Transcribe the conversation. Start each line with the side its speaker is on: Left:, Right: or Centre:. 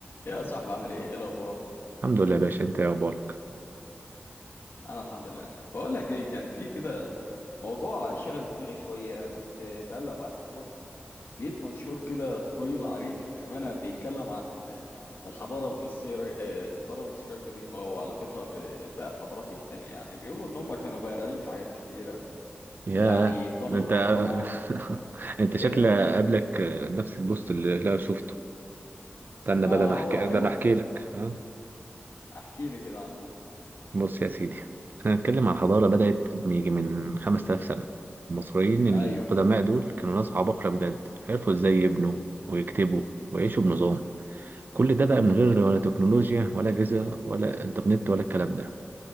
Left: يا صاحبي عامل ايه ايه الاخبار
Right: الحمد لله يا باشا انت ايه اخبارك
Left: انا الحمد لله بقول لك ايه كان في كده موضوع شغل دماغي شويه كنت بقلب على الفيسبوك لقيت منشور كده طويل عريض للامانه بيتكلم عن آه، الحضاره المصريه آه، الحضاره المصريه القديمه وعلاقتها ب- بالحضارات التانية يعني بيقولوا ان هم كانوا بارعين في حاجات كتيره
Right: ياه
Left: يعني بنوا
Right: انت
Left: الاهرامات
Right: <laughs> انت
Left: وكده
Right: شكل قابلك نفس البوست اللي اللي انا شفته استنى
Left: ما
Right: بقى، ده انا بدل
Left: هو
Right: احكي
Left: كان
Right: ده انا
Left: لا
Right: احكي لك ها؟
Left: احكي لي كده عنه
Right: بص يا سيدي احنا هنتكلم عن حضاره بدات يجي من 5000 سنه المصريين القدماء
Left: ايوه
Right: دول كانوا ناس عباقره بجد عرفوا ازاي يبنوا ويكتبوا ويعيشوا بنظام كل ده بقى من غير ولا تكنولوجيا ولا اجهزه ولا انترنت ولا الكلام ده